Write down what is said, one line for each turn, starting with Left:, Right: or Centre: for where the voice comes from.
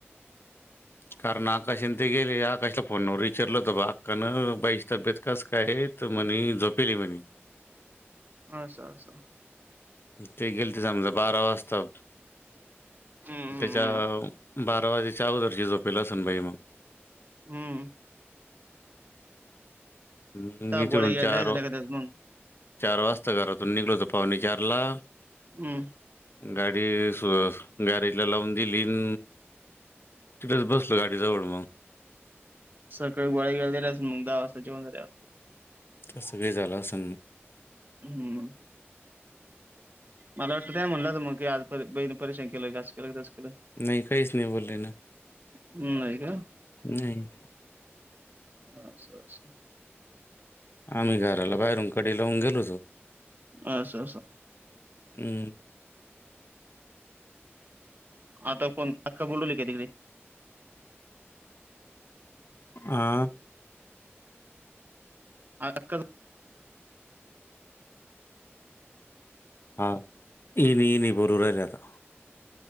Left: कारण आकाश ते गेले आकाशला फोनवर विचारलं होत अक्कान बाई तब्येत कास काय तर म्हणे झोपेली म्हणे.
Right: अस अस
Left: ते गेलते समजा बारा वाजता.
Right: हम्म
Left: त्याच्या बारा वाजायच्या अगदरची झोपेल असन बाई मंग
Right: हम्म
Left: म
Right: त्या
Left: मी
Right: गोळ्या
Left: तिकडून
Right: गिळ्या
Left: चार
Right: दिल्यास नाही का त्यास मग
Left: चार वाजता घरातून निघलतो पाऊणे चारला
Right: हम्म
Left: गाडी <unintelligible> गॅरेज ला लावून दिलीन तिथच बसलो गाडी जवळ मग.
Right: सकाळी गोळ्या घ्यायला दिल्यास मग दहा वाजता <unintelligible>
Left: असं काही झालं असन.
Right: हम्म मला वाटतं त्या म्हटलंच मग की आज बहीणी परेशान केलं असं केलं तस केलं.
Left: नाही काहीस नाही बोले ना.
Right: हम्म <unintelligible> का
Left: नाही
Right: अच्छा अच्छा
Left: आम्ही घराला बाहेरून कडी लावून गेलो होतो.
Right: असं अस
Left: हम्म
Right: आता कोण अक्का बोलवली काय तिकडे?
Left: हां
Right: हां कर
Left: हां येली येली भरू राहीलं आता.